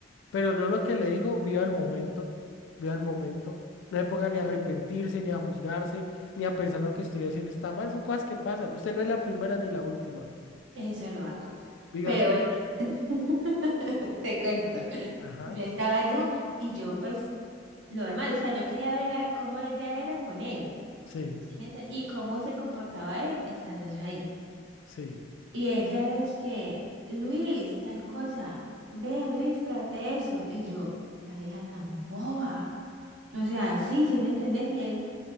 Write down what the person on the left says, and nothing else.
Pero yo lo que le digo, viva el momento, viva el momento. No se ponga ni a
arrepentirse, ni a juzgarse, ni a pensar lo que estoy haciendo está mal. Son cosas que pasan. Usted no es la primera ni la última.
Viva
su...
Ajá.
Sí,
sí,